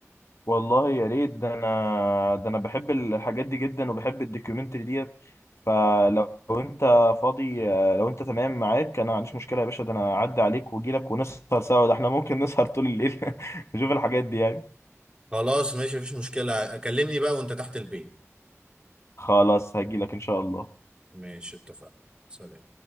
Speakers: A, on the left (about 60°); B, on the right (about 20°).
A: والله يا ريت ده انا ده انا بحب الحاجات دي جدا وبحب الدوكيومنتري ديت فلو لو انت فاضي آه، لو انت تمام معاك انا ما عنديش مشكله يا باشا ده انا اعدي عليك واجي لك ونسهر سوا ده احنا ممكن نسهر طول الليل <laughs> نشوف الحاجات دي يعني
B: خلاص ماشي مفيش مشكلة كلمني بقى وأنت تحت البيت
A: خلاص هجيلك ان شاء الله
B: ماشي اتفقنا سلام